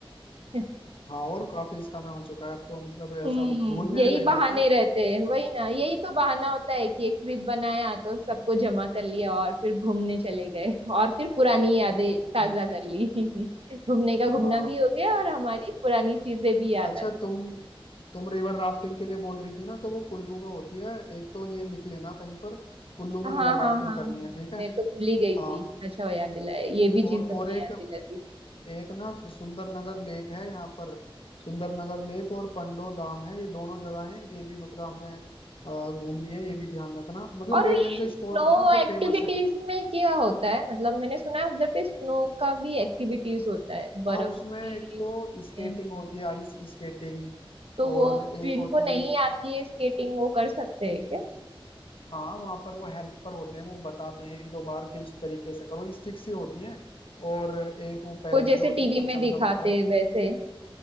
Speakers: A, on the right; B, on the left.
A: <laughs>
B: हाँ और काफी समय हो चुका है अब तो मतलब ऐसा
A: हम्म
B: भूलने
A: यही
B: भी लग
A: बहाने
B: जाते हैं फिर
A: रहते
B: अब
A: हैं वही ना यही तो बहाना होता है कि एक ट्रिप बनाया तो सबको जमा कर लिया और फिर घूमने चले गए और फिर पुरानी यादें
B: नहीं
A: ताजा
B: <laughs>
A: कर ली <laughs> घूमने का घूमना
B: हाँ
A: भी हो गया और हमारी पुरानी चीजें भी याद
B: अच्छा
A: आ गई
B: तुम तुम रिवर राफ्टिंग के लिए बोल रही थी ना तो वो कुल्लू में होती है एक तो ये लिख लेना कहीं पर कुल्लू
A: हाँ
B: में रिवर
A: हाँ
B: राफ्टिंग
A: हाँ हाँ
B: करनी है ठीक है
A: मैं तो भूल ही गई
B: हाँ
A: थी अच्छा हो याद दिलाया ये भी
B: और
A: चीज तुमने
B: और एक
A: याद दिला दी
B: एक ना सुंदर नगर लेक है यहाँ पर सुंदर नगर लेक और पंडो धाम है ये दोनों जगह हैं ये भी मतलब हमें अ, घूमनी है ये भी ध्यान रखना मतलब
A: और
B: मेन
A: ये
B: मेन जो
A: स्नो
B: स्पॉट है ना जो
A: एक्टिविटीज
B: फेमस है
A: में क्या होता है मतलब मैंने सुना है उधर पे स्नो का भी एक्टिविटीज होता है बर्फ
B: हाँ उसमें एक
A: की
B: तो स्केटिंग
A: में।
B: होती है आइस स्केटिंग
A: तो वो
B: और
A: जिनको
B: एक होती
A: नहीं
B: है
A: आती है स्केटिंग वो कर सकते हैं क्या
B: हाँ वहां पर वो हेल्पर होते हैं वो बताते हैं एक दो बार के इस तरीके से करो स्टिक सी होती हैं और एक वो पैड
A: वो जैसे
B: से होते
A: टीवी
B: हैं उन पर चलना
A: में दिखाते
B: होता है
A: हैं वैसे